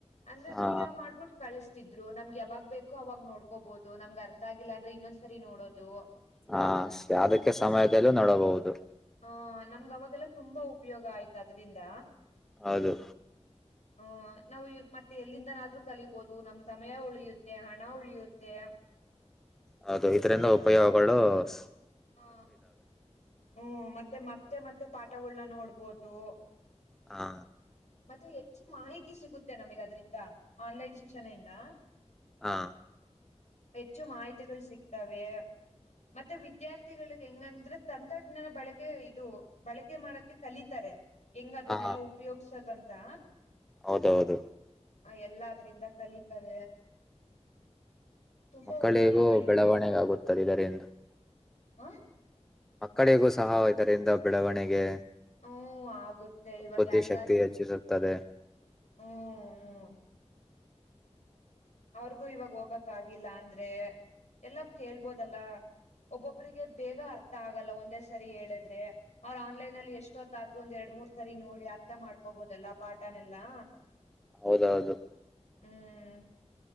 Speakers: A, on the left; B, in the centre.
A: ಅಂದ್ರೆ
B: ಹಾ
A: ವಿಡಿಯೋ ಮಾಡ್ಬುಟ್ ಕಳಸ್ ತಿದ್ದಿದ್ರು ನಮ್ಗ್ ಯಾವಾಗ್ ಬೇಕೋ ಅವಾಗ್ ನೋಡ್ಕೋಬೊದು ನಮ್ಗ್ ಅರ್ಥ ಆಗಿಲ್ಲ ಅಂದ್ರೆ ಇನ್ನೊಂದ್ ಸರಿ ನೋಡೋದು.
B: ಹಾ ಸ್ಯ ಅದಿಕ್ಕೆ ಸಮಯದಲ್ಲೂ ನೋಡಬಹುದು.
A: ಆ ನಮ್ಗೆ ಅವಾಗೆಲ್ಲ ತುಂಬಾ ಉಪ್ಯೋಗ ಆಯ್ತು ಅದ್ರಿಂದ.
B: ಹೌದು.
A: ಹ್ಮ ನಾವ್ ಮತ್ತೆ ಎಲ್ಲಿಂದನಾದ್ರೂ ಕಲಿಬೋದು ನಮ್ ಸಮಯ ಉಳ್ಯುತ್ತೆ ಹಣ ಉಳ್ಯುತ್ತೆ.
B: ಹೌದು ಇದ್ರಿಂದ ಉಪ್ಯೋಗ್ಗಳು ಸ್.
A: ಹಾ ಹ್ಮ್ ಮತ್ತೆ ಮತ್ ಮತ್ತೆ ಮತ್ತೆ ಪಾಠಗಳನ್ನ ನೋಡ್ಬೋದು.
B: ಹಾ
A: ಮತ್ತೆ ಹೆಚ್ಚು ಮಾಹಿತಿ ಸಿಗುತ್ತೆ ನಮಿಗ್ ಅದ್ರಿಂದ ಆನ್ಲೈನ್ ಶಿಕ್ಷಣೆಯಿಂದ.
B: ಹಾ
A: ಹೆಚ್ಚು ಮಾಹಿತಿಗುಳ್ ಸಿಗ್ತವೆ ಮತ್ತೆ ವಿದ್ಯಾರ್ಥಿ ತಿಗಳಿಗ್ ಹೆಂಗಂದ್ರೆ ತಂತ್ರಜ್ಞಾನ ಬಳಕೆ ಇದು ಬಳಕೆ ಮಾಡಕೆ ಕಲಿತಾರೆ. ಹೆಂಗ್ ಅದುನ್ನೆಲ್ಲಾ
B: ಹಾ
A: ಉಪ್ಯೋಗ್ಸೋದಂತ್ ತಾ.
B: ಹೌದೌದು.
A: ಆ ಎಲ್ಲಾದ್ರಿಂದ ಕಲಿತಾರೆ. ತುಂಬಾ
B: ಮಕ್ಕಳಿಗೂ
A: ಉಪಯೋಗಗಳಿದೆ
B: ಬೆಳವಣಿಗೆ ಆಗುತ್ತದೆ ಇದರಿಂದ.
A: ಹ
B: ಮಕ್ಕಳಿಗೂ ಸಹ ಇದರಿಂದ ಬೆಳವಣಿಗೆ.
A: ಹ್ಮ ಆಗುತ್ತೆ ಇವಾಗ್
B: ಬುದ್ಧಿಶಕ್ತಿ
A: ಯಾರಿಗಾದ್ರು.
B: ಹೆಚ್ಚಿಸುತ್ತದೆ
A: ಹ್ಮ್ ಹ್ಮ್. ಅವ್ರಗೂ ಇವಾಗ್ ಹೋಗಕ್ ಆಗಿಲ್ಲ ಅಂದ್ರೆ ಎಲ್ಲ ಕೇಳ್ಬೋದಲ್ಲ ಒಬ್ಬೊಬ್ರಿಗೆ ಬೇಗ ಅರ್ಥ ಆಗಲ್ಲ ಒಂದೇ ಸರಿ ಹೇಳಿದ್ರೆ ಅವ್ರ ಆನ್ಲೈನ್ ಅಲ್ಲಿ ಎಷ್ಟೊತ್ತಾದ್ರೂ ಒಂದ್ ಎರಡ್ ಮೂರ್ ಸರಿ ನೋಡಿ ಅರ್ಥ ಮಾಡ್ಕೊಬೋದಲ್ಲ ಪಾಠನೆಲ್ಲಾ.
B: ಹೌದೌದು.
A: ಹ್ಮ್